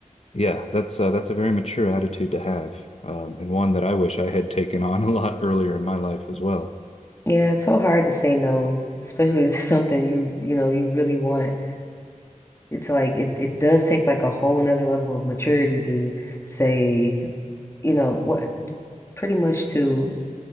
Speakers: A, on the left; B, on the left.
A: Yeah, that's uh, that's a very mature attitude to have, um, and one that I wish I had taken on <laughs> a lot earlier in my life as well.
B: Yeah, it's so hard to say no, especially to <laughs> something you, you know, you really want. it's like it, it does take like a whole nother level of maturity to say, you know, what pretty much to